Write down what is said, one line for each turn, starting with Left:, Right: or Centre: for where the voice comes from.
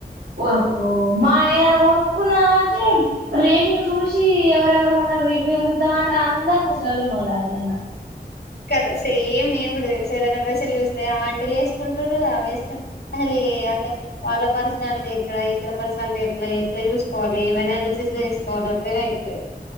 Right: ఒరుకు మనం ఏదన్నా కొనుక్కున్నామం టే రేటింగ్ చూసి ఎవరెవరుకొన్నరు రివ్యూలు చూద్దాం అంటే అందరు ముస లోల్లే ఉన్నరు ఆ రివ్యూలల్లా.
Left: కదా సేమ్ నేను కూడా తెలుసు ఏదైనా డ్రెస్సులు చూస్తే ఆంటీలు వేసుకుంటారు అవి వేసుకు అసలు కే అంటే వాళ్ళ పర్సనాలిటీ ఎక్కడ ఇక్కడ పర్సనాలిటీ ఎట్లా, ఎట్లా చూసుకోవాలి ఏమానాలసిస్ చేసుకోవాలి. <inaudible> అర్థంమే అయితలేదు.